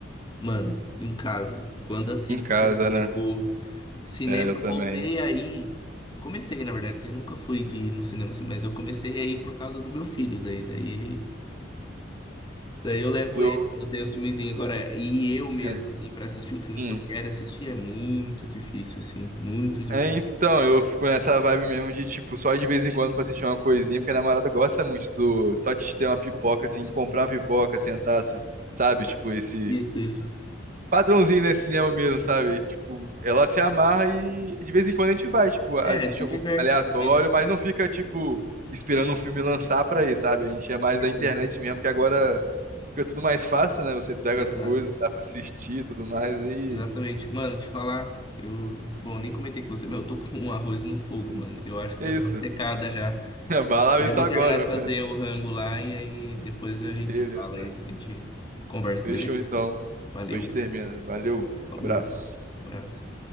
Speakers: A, on the left (about 25°); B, on the right (about 45°).
A: mano, em casa. Quando assisto
B: Em casa,
A: também,
B: né?
A: tipo. Cinema,
B: É, eu
A: eu
B: também.
A: voltei aí. Comecei, na verdade, porque eu nunca fui de ir no cinema assim, mas eu comecei aí por causa do meu filho. Daí, daí ele. Daí eu levo
B: Eu,
A: ele quando eu tenho os filmezinhos agora. E eu mesmo,
B: <laughs>
A: assim, pra assistir um filme
B: hum.
A: que eu quero assistir é muito difícil, assim. Muito difícil.
B: É, então, eu fico nessa vibe mesmo de, tipo, só ir de vez em quando pra assistir uma coisinha, porque a namorada gosta muito do... Só de ter uma pipoca, assim, comprar uma pipoca, sentar, assis- sabe? Tipo, esse...
A: Isso, isso.
B: padrãozinho, né, cinema mesmo, sabe? Tipo, ela se amarra e de vez em quando a gente vai, tipo, assiste
A: É, se
B: algum
A: diverte
B: filme aleatório,
A: também, né?
B: mas não fica, tipo, esperando um filme lançar pra ir, sabe? A gente é mais
A: Isso,
B: da internet
A: isso.
B: mesmo, que agora fica tudo mais fácil, né? Você pega
A: Exato.
B: as coisas, dá pra assistir e tudo mais, e
A: Exatamente. Mano, te falar, eu. Bom, nem comentei com você, mas eu tô com um arroz no fogo, mano. Eu acho que
B: é
A: já deu
B: isso.
A: uma secada já.
B: <laughs> Vai lá
A: Eu
B: ver isso
A: vou
B: agora.
A: terminar de fazer o rango lá e aí depois a gente
B: Beleza.
A: se fala e a gente conversa,
B: Fechou
A: beleza?
B: então.
A: Valeu,
B: Depois a gente termina. Valeu,
A: falou,
B: abraço.
A: abraço.